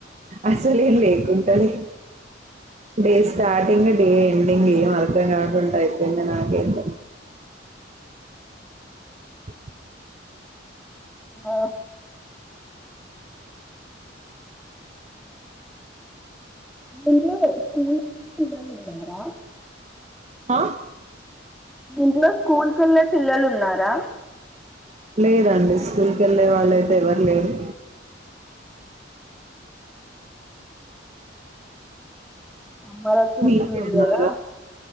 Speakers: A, on the right; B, in the centre.
A: అసలు లేకుండదు డే స్టార్టింగ్ డే ఎండింగ్ ఏం అర్థం కాకుండా ఐపోయింది నాకైతే అ
B: ఆ <inaudible>
A: ఆ
B: మీ ఇంట్లో స్కూల్కి వెళ్ళె పిల్లలు ఉన్నారా
A: లేదండి. స్కూల్కి వెళ్ళే వాళ్ళయితే ఎవరు లేరు
B: అమ్మ రచ్చూస్తుంది
A: మీకే ఉన్నారా
B: ఇయ్యాల